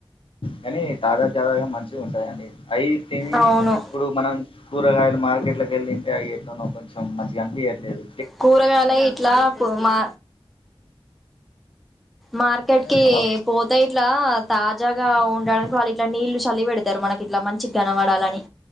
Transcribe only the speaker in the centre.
అవును
కూరగాయల ఇట్లా కు మా మార్కెట్ కి
పోతే ఇట్లా తాజాగా ఉండడానికి వాళ్ళి ట్ల నీళ్లు చల్లి పెడతారు మనకి ఇట్లా మంచిగా కనపడాలని